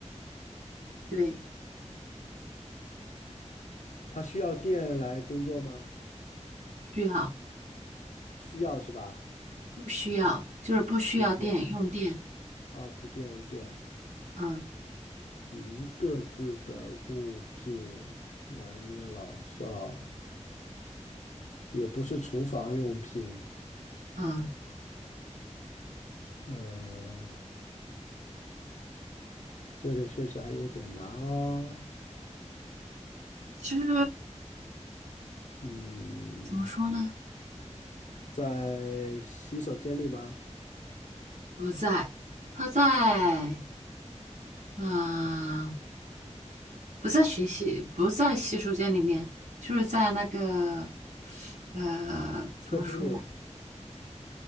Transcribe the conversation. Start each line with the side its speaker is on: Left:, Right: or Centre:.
Right: 对，
Left: 它需要电来工作吗？
Right: 需要，
Left: 需要是吧？
Right: 不需要，就是不需要电，
Left: 不需要。
Right: 用电，
Left: 哦，不需要有电。
Right: 嗯
Left: 一个字的物品，男女老少，也不是厨房用品。
Right: 嗯，
Left: 呃，这个确实还有点难哦。
Right: 其实
Left: 嗯，
Right: 怎么说呢，
Left: 在洗手间里吗？
Right: 不在，它在，嗯。不在学习，不在洗手间里面，就是在那个，呃，怎么说？
Left: 客厅里